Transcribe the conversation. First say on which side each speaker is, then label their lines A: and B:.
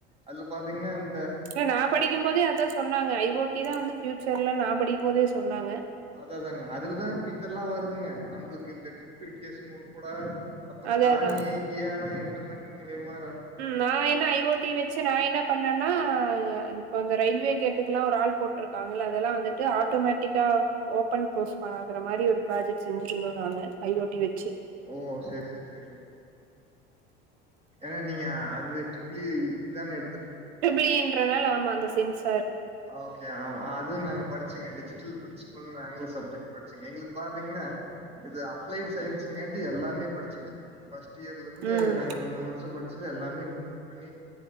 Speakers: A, on the right; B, on the right.
A: அல்லு பாத்தீங்னம்
B: அ நா படிக்கும்பதே அதா சொன்னாங்க ஐ ஓட்டி தான் வந்து ஃபியூச்சர்ல நா படிக்கும் போதே சொன்னாங்க
A: அத தானே அதுலதா இப் இதெல்லா வருதுங்க நம்ளுக்கு இந்த ட்ரு திர்கேஸு முற்படா அப்புற்
B: அது
A: தானி
B: அதா
A: ஏங்கியானா இன்டர்நெட் மூலியமாரா
B: நா என்ன ஐ ஓட்டி வெச்சு நாய் என்ன பண்ணன்னா இப்பந்த ரயில்வே கேட்டுக்குல்லா ஒர் ஆள் போட்ருக்காங் இல்ல அதெல்லா வந்து ஆட்டோமெட்டிக்கா ஓபன் ப்ரோஸ் ஆகற மாரி ஒரு ப்ராஜெக்ட் செஞ்சிருந்தோ நானு ஐ ஒட்டி வச்சு
A: ஓ சரி சரி சரிங்க ஏன்னா நீங்க அது ட்ரிபிள் ஐ இதானே எடு
B: ட்பிள் இ ன்றனால ஆமா அந்த சென்ஸ்
A: ஓகே அது நாங்க படிச்சுங்க டிஜிட்டல் பிரிண்ஸ் நாங்களா சப்ஜெக்ட் படிச்சுங்க எங்களுக்கு பாத்தீங்கன்னா இது அப்ளைட் சயின்ஸுங்காட்டி எல்லாமே படிச்சோங்க ஃபர்ஸ்ட் இயர்ல இருந்து
B: ம்
A: நாங்க மூணு வருஷ படிச்சது எல்லாமே இன்குளூட் பண்ணி